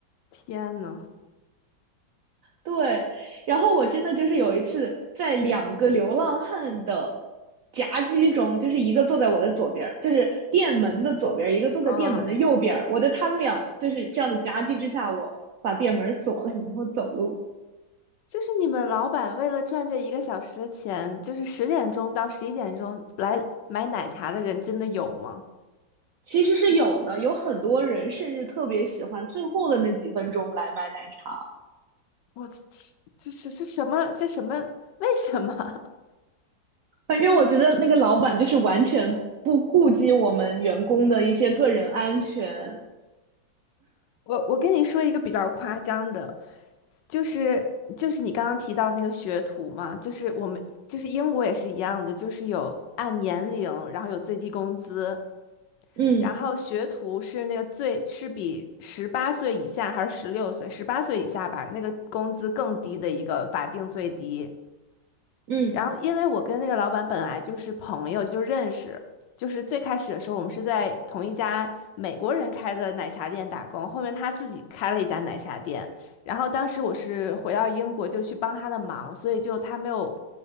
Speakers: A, on the left (about 75°); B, on the right (about 70°).
A: 天呐，
B: 对，然后我真的就是有一次在两个流浪汉的夹击中，就是一个坐在我的左边儿，就是店门的左边儿，一个坐在店门的右边儿。
A: 嗯，
B: 我在他们俩就是这样的夹击之下，我把店门锁了，然后走路。
A: 就是你们老板为了赚这一个小时的钱，就是十点钟到十一点钟来买奶茶的人真的有吗？
B: 其实是有的，有很多人甚至特别喜欢最后的那几分钟来买奶茶。
A: 我的天，这是这什么？这什么？为什么？<laughs>
B: 反正我觉得那个老板就是完全不顾及我们员工的一些个人安全。
A: 我我跟你说一个比较夸张的，就是就是你刚刚提到那个学徒嘛，就是我们就是英国也是一样的，就是有按年龄，然后有最低工资，
B: 嗯
A: 然后学徒是那个最是比十八岁以下还是十六岁，十八岁以下吧，那个工资更低的一个法定最低。
B: 嗯，
A: 然后，因为我跟那个老板本来就是朋友，就认识，就是最开始的时候，我们是在同一家美国人开的奶茶店打工，后面他自己开了一家奶茶店，然后当时我是回到英国就去帮他的忙，所以就他没有